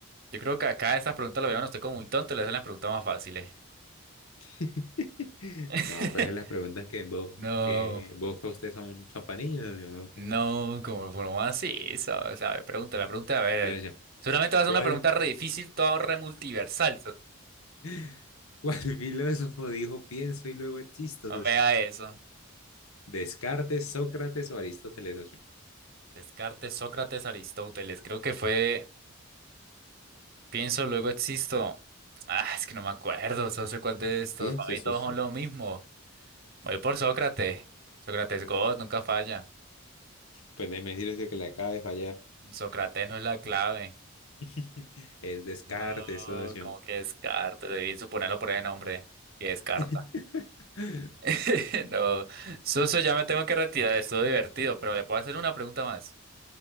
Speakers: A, on the right (about 45°); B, on the left (about 80°).
A: Yo creo que acá esas preguntas la vieron. Estoy como muy tonto. Le hacen las preguntas más fáciles.
B: <laughs>
A: <laughs>
B: No, pues las preguntas que vos,
A: No,
B: que busca usted son chapanillas. ¿no? Ok.
A: no, como por más eso, o sea, a ver, pregúntame, pregúntame, a ver.
B: Mira, yo,
A: Seguramente vas a
B: ¿cuál,
A: ser una pregunta re difícil, todo re multiversal. so-
B: <laughs> cuál filósofo dijo pienso y luego existo,
A: no
B: socio?
A: Vea eso.
B: ¿Descartes, Sócrates o Aristóteles, socio?
A: Descartes, Sócrates, Aristóteles, creo que fue, pienso, luego existo. Ah, es que no me acuerdo, no sé cuál de estos,
B: Piense,
A: para mí
B: socio.
A: todos son lo mismo. Voy por Sócrates. Sócrates God, nunca falla.
B: Pues déjeme decir, socio, que le acaba de fallar.
A: Sócrates no es la clave.
B: <laughs> Es Descartes,
A: No,
B: socio.
A: como que Descartes, debí suponerlo por el nombre. Que Descartes.
B: <laughs>
A: <laughs> No, Soso, ya me tengo que retirar, estuvo divertido, pero le puedo hacer una pregunta más.